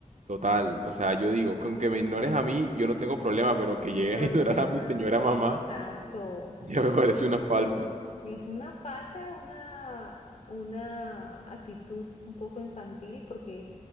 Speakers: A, on the right; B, on the left.
A: Total, o sea, yo digo, que aunque me ignores a mí, yo no tengo problema, pero que llegues
B: Pero
A: a
B: a
A: <laughs> ignorar
B: tu mamá.
A: a mi señora mamá,
B: Exacto.
A: ya me parece una falta,
B: Es una falta, una, una actitud un poco infantil, porque